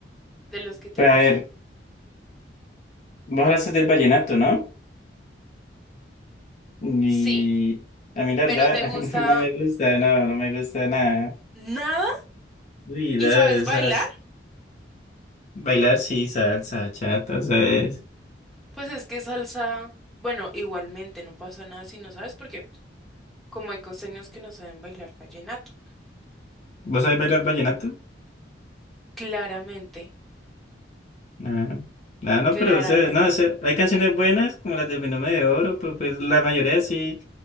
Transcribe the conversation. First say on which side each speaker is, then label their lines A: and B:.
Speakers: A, in the centre; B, on the left (about 40°).
A: de los que te
B: Pero
A: gustan.
B: a ver, vos hablaste del vallenato, ¿no? Y
A: Sí,
B: a mí la
A: pero
B: verdad
A: ¿te gusta
B: <laughs> no me gusta, no, no me gusta nada.
A: nada?
B: Uy,
A: ¿Y
B: no,
A: sabes
B: esas,
A: bailar?
B: bailar sí, salsa, chata, ¿sabes?
A: Pues es que salsa, bueno, igualmente no pasa nada si no sabes, porque como hay costeños que no saben bailar vallenato.
B: ¿Vos sabés bailar vallenato?
A: Claramente,
B: Ah, ah, no,
A: claramente.
B: pero o sea, no, o sea, hay canciones buenas como las del Binomio de Oro, pero pues la mayoría sí,